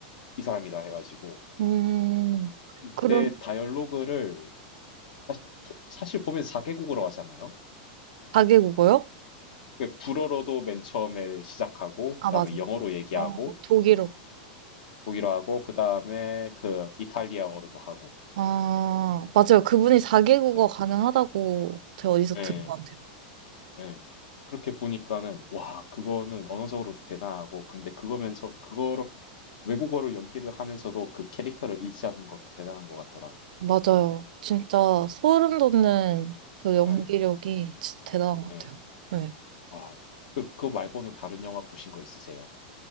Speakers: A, on the left (about 65°); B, on the right (about 60°).
A: 이 사람이다 해가지고
B: 음.
A: 그때
B: 그럼
A: 다이얼로그를 사실, 보- 사실 보면 4개국으로 하잖아요.
B: 4개국어요?
A: 그 불어로도 맨 처음에 시작하고,
B: 아,
A: 그 다음에
B: 맞아.
A: 영어로 얘기하고,
B: 어, 독일어.
A: 독일어하고, 그 다음에 그 이탈리아어로도 하고.
B: 아, 맞아요. 그분이 4개국어
A: 네
B: 가능하다고 제가 어디서
A: 네
B: 들은 것 같아요.
A: 네. 그렇게 보니까는, 와, 그거는 언어적으로도 대단하고, 근데 그거면서, 그거로, 외국어로 연기를 하면서도 그 캐릭터를 잃지 않는 것도 대단한 것 같더라고요.
B: 맞아요. 진짜 소름 돋는 그 연기력이
A: 네
B: 진짜 대단한 것
A: 네
B: 같아요. 네.
A: 와. 그, 그 말고는 다른 영화 보신 거 있으세요?